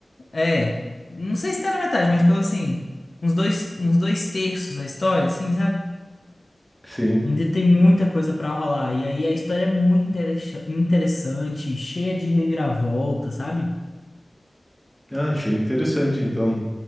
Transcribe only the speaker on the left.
É, não sei se tá na metade, mas pelo assim, uns dois, uns dois terços da história, assim, sabe?
Ainda tem muita coisa pra rolar. E aí a história é muito interessa- interessante, cheia de reviravolta, sabe?